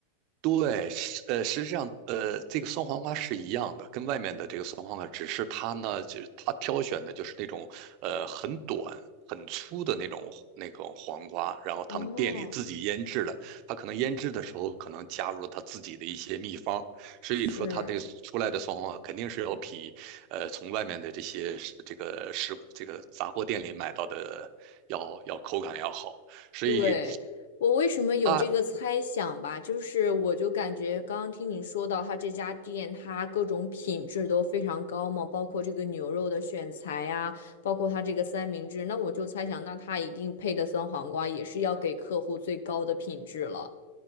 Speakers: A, on the right; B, on the left.
A: 对，是呃，实际上，呃，这个酸黄瓜是一样的，跟外面的这个酸黄瓜，只是它呢，就是它挑选的就是那种呃很短、很粗的那种那种黄瓜，然后他们店里自己腌制的，
B: 哦，
A: 它可能腌制的时候可能加入了它自己的一些秘方，所以说它这个出来的酸黄瓜肯定是要比呃从外面的这些这个食这个杂货店里买到的要要口感要好。
B: 是。
A: 所以
B: 对，我为什么有这个猜想吧？
A: 啊。
B: 就是我就感觉刚刚听你说到他这家店，它各种品质都非常高嘛，包括这个牛肉的选材呀，包括它这个三明治，那我就猜想，那它一定配的酸黄瓜也是要给客户最高的品质了。